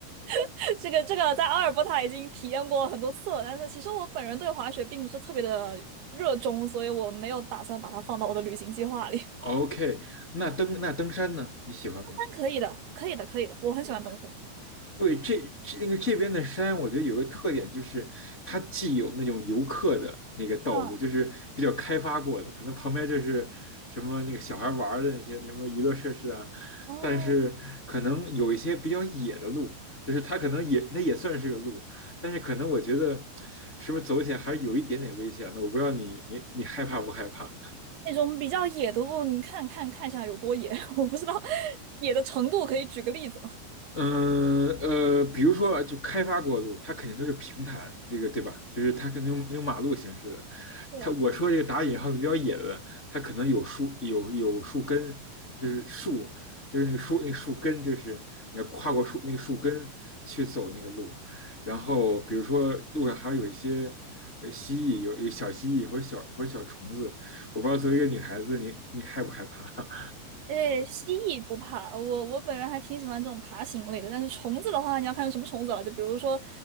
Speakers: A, on the right; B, on the left.
A: <laughs> 这个这个在阿尔伯塔已经体验过很多次了，但是其实我本人对滑雪并不是特别的热衷，所以我没有打算把它放到我的旅行计划里。
B: ？OK，那登那登山呢？你喜欢吗？
A: 但可以的，可以的，可以的，我很喜欢登峰。
B: 对，这这那个这边的山，我觉得有个特点就是，它既有那种游客的那个道路，
A: 嗯，
B: 就是比较开发过的，可能旁边就是什么那个小孩玩儿的那些什么娱乐设施啊，
A: 哦，
B: 但是可能有一些比较野的路，就是它可能也那也算是个路，但是可能我觉得是不是走起来还是有一点点危险的，我不知道你你你害怕不害怕？
A: 那种比较野的路，你看看看一下有多野，<laughs> 我不知道野的程度，可以举个例子吗？
B: 嗯呃，比如说啊就开发过的路，它肯定都是平坦，这个对吧？就是它可能用用马路形式的。
A: 对，
B: 它我说这个打引号的比较野的，它可能有树有有树根，就是树，就是那个树那个树根，就是你要跨过树那个树根去走那个路。然后比如说路上还有一些呃蜥蜴，有有小蜥蜴或者小或者小虫子，我不知道作为一个女孩子，你你害不害怕？<laughs>
A: 诶，蜥蜴不怕，我我本人还挺喜欢这种爬行类的，但是虫子的话，你要看是什么虫子了，就比如说